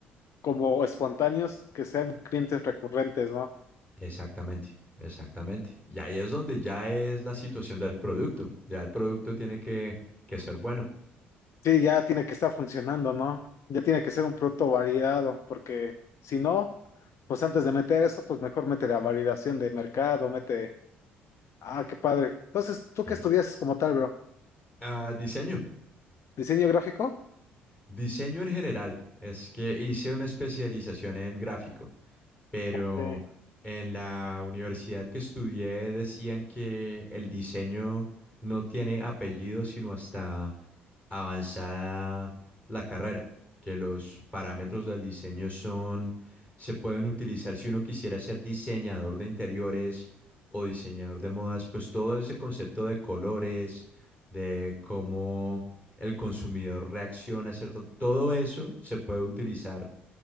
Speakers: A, on the left; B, on the left.
A: como espontáneos que sean clientes recurrentes, ¿no?
B: Exactamente, exactamente. Y ahí es donde ya es la situación del producto. Ya el producto tiene que, que ser bueno.
A: Sí, ya tiene que estar funcionando, ¿no? Ya tiene que ser un producto validado, porque si no, pues antes de meter eso, pues mejor mete la validación de mercado, mete... Ah, qué padre. Entonces, ¿tú
B: Sí.
A: qué estudias como tal, bro?
B: Ah, diseño.
A: ¿Diseño gráfico?
B: Diseño en general. Es que hice una especialización en gráfico. pero
A: Ok.
B: en la universidad que estudié decían que el diseño no tiene apellido sino hasta avanzada la carrera, que los parámetros del diseño son, se pueden utilizar si uno quisiera ser diseñador de interiores o diseñador de modas, pues todo ese concepto de colores, de cómo el consumidor reacciona, ¿cierto? Todo eso se puede utilizar